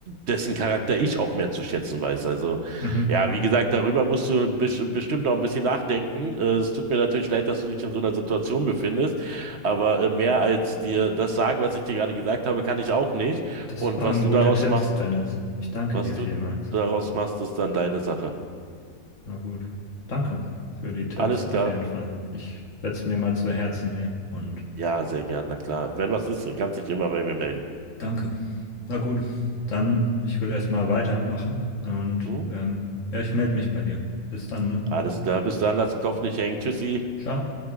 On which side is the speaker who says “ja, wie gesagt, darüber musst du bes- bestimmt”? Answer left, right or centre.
Right